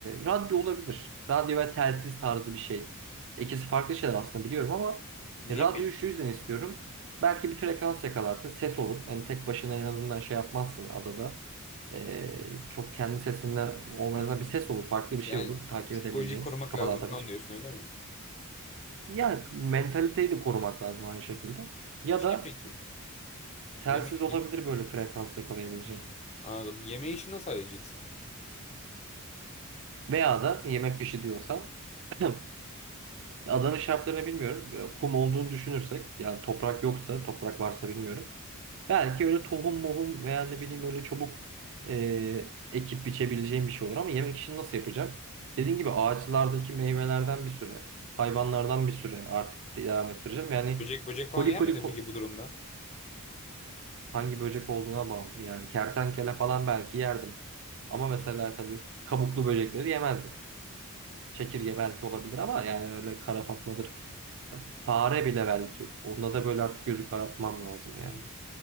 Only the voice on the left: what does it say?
Niye
peki?
Hmm.
Yani
psikolojiyi
korumak
lazım
falan diyorsun öyle mi?
Şey
peki.
Yemeği...
yem-
Hmm, Anladım. Yemeği işini nasıl halledeceksin?
Böcek böcek
falan yer
miydin peki bu durumda?
Hmm.
Hı hı. hı.